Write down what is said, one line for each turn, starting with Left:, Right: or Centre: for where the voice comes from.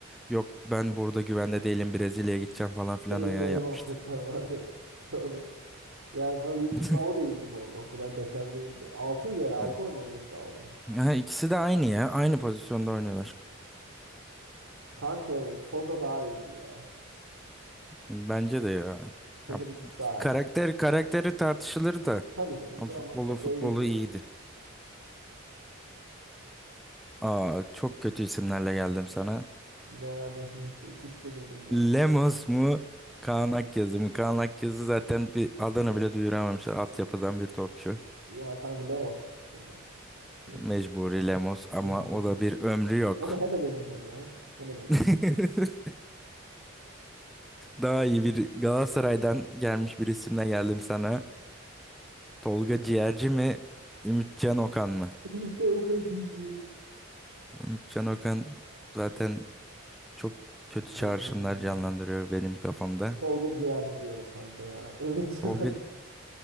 Centre: Yok ben burada güvende değilim Brezilya'ya gideceğim falan filan
Right: Değil mi?
Centre: ayağı
Right: Değil mi? Öyle
Centre: yapmıştı.
Right: muhabbetler vardı. <laughs> Doğru. Yani kanka Luis
Centre: <laughs>
Right: Gustavo da iyiydi bu arada. O kadar beter değildi. Altıydı herhalde. 6
Centre: Yani-
Right: oynuyordu Gustavo da.
Centre: Ha, ikisi de aynı ya. Aynı pozisyonda oynuyorlar.
Right: Kanka Souza daha iyiydi ya.
Centre: <clears throat> Bence de ya.
Right: Souza
Centre: Ya,
Right: bir tık daha
Centre: karakter
Right: iyiydi.
Centre: karakteri tartışılır da.
Right: Tabii canım
Centre: Ama
Right: da
Centre: futbolu
Right: ama Souza
Centre: futbolu
Right: iyiydi ya.
Centre: iyiydi. Aa, çok kötü isimlerle geldim sana.
Right: Yani <laughs> ikisi de birbirinden
Centre: Lemos mu? Kaan Akyazı mı? Kaan Akyazı zaten bir adını bile duyuramamışlar. Altyapıdan bir topçu.
Right: Ya kanka Lemos yani mecbur.
Centre: Mecburi Lemos ama
Right: Mecbur
Centre: o
Right: öyle.
Centre: da bir ömrü yok.
Right: Onu hemen eleyeceğim ya. Hemen eleyeceğim.
Centre: <laughs> Daha iyi bir Galatasaray'dan gelmiş bir isimle geldim sana. Tolga Ciğerci mi? Ümitcan Okan mı?
Right: <laughs> Ümit'ten o kadar bilmiyorum.
Centre: Ümitcan Okan zaten çok kötü
Right: Kim
Centre: çağrışımlar
Right: olduğunu bilmiyorum.
Centre: canlandırıyor benim kafamda.
Right: Tolga Ciğerci diyorum kanka ya. Evet
Centre: Tolga
Right: <laughs>